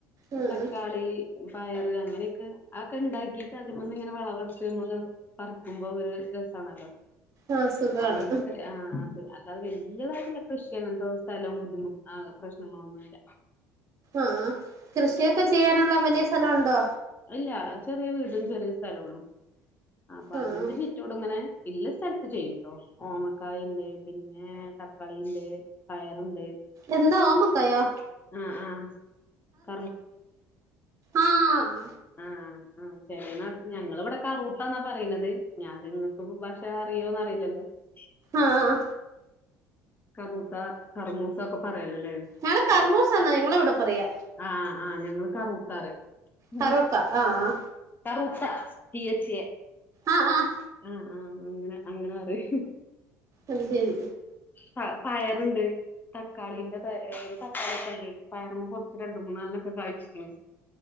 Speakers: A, on the right; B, on the left.
A: ഉം
B: തക്കാളി,
A: ഉം
B: പയർ അങ്ങനെയൊക്കെ ആ ഒക്കെ അതൊക്കെ ഉണ്ടാക്കിട്ട് അതിമ്മന്ന് ഇങ്ങനെ വിളവെടുത്ത് മ്മള് പറിക്കുമ്പോ ഒര് രസാണല്ലോ
A: ആഹ് സുഖാണ്
B: അങ്ങനെ ആ അത് അല്ലത് വല്യതായിട്ട്ള്ള കൃഷിങ്ങത്തെ സ്ഥലം ബുദ്ധിമുട്ട് പ്രശ്നങ്ങളൊന്നുമല്ല
A: ആഹ് കൃഷിയൊക്കെ ചെയ്യാനുള്ള വലിയ സ്ഥലമുണ്ടോ
B: ഇല്ല ചെറിയ വീടും ചെറിയ സ്ഥലൊള്ളു അപ്പൊ
A: ആഹ്
B: അതിന്റെ ചുറ്റോട് ഇങ്ങനെ ഇല്ല സ്ഥലത്ത് ചെയ്യൂട്ടോ ഓമക്കായുണ്ട് പിന്നെ തക്കാളിയിണ്ട് പയറുണ്ട്
A: എന്താ ഓമ്മക്കായോ
B: ആ <unintelligible>
A: ആഹ്
B: ആഹ് ആഹ് ചെലെ നാട്ട് ഞങ്ങള ഇവിടെക്കെ <unintelligible> പറയുന്നത് ഞാൻ നിങ്ങക്ക് ഭാഷ അറിയോന്ന് അറിയില്ലല്ലോ <inaudible>
A: ആഹ്
B: കറൂത്ത കറമൂസക്ക ല്ലേ
A: ഞങ്ങള് കർമൂസ എന്നാ ഞങ്ങളെ ഇവിടെ പറയാ
B: ആഹ് ആഹ് ഞങ്ങള് കറൂതാന്ന് പറയും ഉം
A: കറൂക്ക ആഹ്
B: കറൂത്ത ടി എച് എ
A: ആഹ്-ആഹ്
B: ആഹ് ആഹ് അങ്ങനെ അങ്ങനെ പറേയും
A: അത് ശെരി
B: പ പയറുണ്ട് തക്കാളീന്റെ ഉം.. തക്കാളി ഒക്കെ ഇണ്ട് പയറും കുറച്ച് രണ്ട് മൂന്നാലൊക്കെ വായിച്‌ക്ണ്